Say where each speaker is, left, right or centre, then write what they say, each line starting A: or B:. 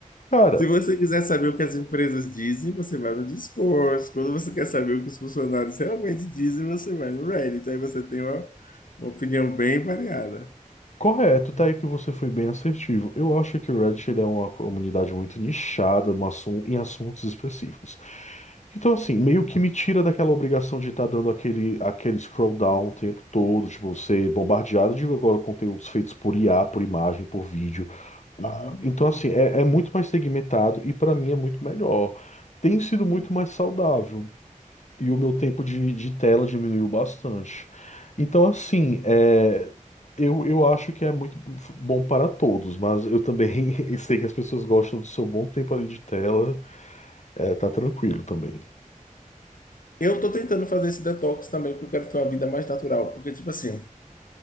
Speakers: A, on the left; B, on the left.
A: Cara,
B: Se você quiser saber o que as empresas dizem, você vai no Discord. Quando você quer saber o que os funcionários realmente dizem, você vai no Reddit. Aí você tem uma, uma opinião bem variada.
A: Correto, tá aí que você foi bem assertivo. Eu acho que o Reddit ele é uma comunidade muito nichada no assun- em assuntos específicos. Então, assim, meio que me tira daquela obrigação de estar dando aquele, aquele scroll down o tempo todo, tipo, ser bombardeado de agora conteúdos feitos por IA, por imagem, por vídeo.
B: Uhum.
A: Ah, Então, assim, é, é muito mais segmentado e para mim é muito melhor. Tem sido muito mais saudável. E o meu tempo de, de tela diminuiu bastante. Então, assim, é, eu, eu acho que é muito bom para todos, mas eu também <laughs> sei que as pessoas gostam do seu bom tempo ali de tela, é, tá tranquilo também.
B: Eu tô tentando fazer esse detox também, porque eu quero ter uma vida mais natural. Porque, tipo assim,